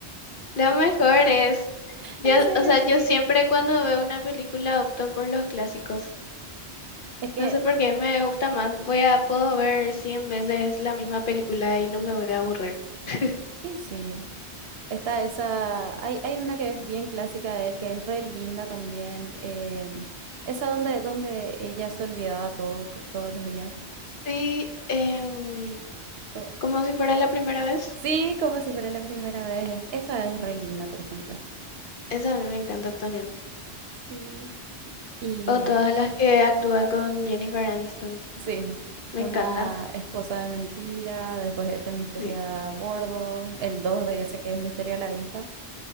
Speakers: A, on the left; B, on the right.
A: Lo mejor es, yo,
B: En serio,
A: o sea,
B: sí.
A: yo siempre cuando veo una película opto por los clásicos.
B: Es que,
A: No sé por qué me gusta más. Voy a, puedo ver 100 veces la misma película y no me voy a aburrir. <laughs>
B: y sí. Está esa, hay, hay una que es bien clásica de él, que es re linda también, en- esa donde, donde ella se olvidaba todo, co- todos los días.
A: Sí, em,
B: Co-
A: como si fuera la primera vez.
B: sí, como si fuera la primera vez. Esa es re linda, por ejemplo.
A: Esa a mí me encanta también.
B: Sí. Y
A: O todas las que actúa con Jennifer Aniston.
B: Sí,
A: Me
B: una
A: encanta.
B: esposa de mentira, después este misterio
A: Sí.
B: a bordo, el 2 de ese que es misterio a la vista.